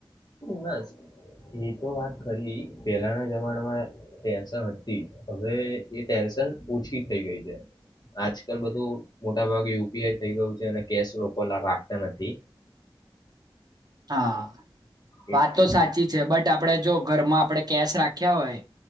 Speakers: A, on the left (about 50°); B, on the right (about 45°).
A: બસ એ તો વાત ખરી પેલાના જમાનામાં ટેન્શન હતી હવે એ ટેન્શન ઓછી થઈ ગઈ છે આજકાલ બધું મોટા ભાગે યુપીઆઈ થઈ ગયું છે અને કેશ ર રાખતા નથી
B: હા
A: એટલે
B: વાત તો સાચી છે બટ આપ આપડણે જો ઘરમાં આપણેે કેશ રાખ્યા હોય